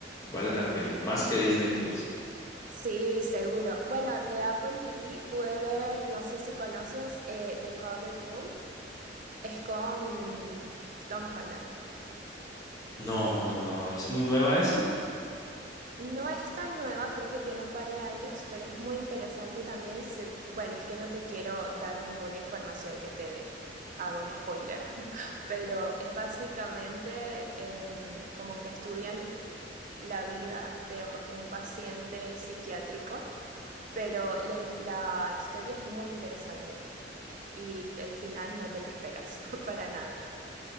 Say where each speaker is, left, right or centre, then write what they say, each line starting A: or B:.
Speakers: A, on the left; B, on the right.
A: vale la pena, más que Disney Plus.
B: sí, seguro. Bueno, de Apple TV pude ver, no sé si conoces, eh, The Crowded Room. Es con Tom Holland.
A: No, no, no, es muy nueva esa.
B: No es tan nueva, creo que tiene un par de años, pero es muy interesante también. se- bueno, es que no te quiero dar ninguna información que te haga un spoiler, <laughs> pero es básicamente em, como que estudian la vida de un paciente psiquiátrico, pero la, inf- la historia es muy interesante y el final no te lo esperas <laughs> para nada.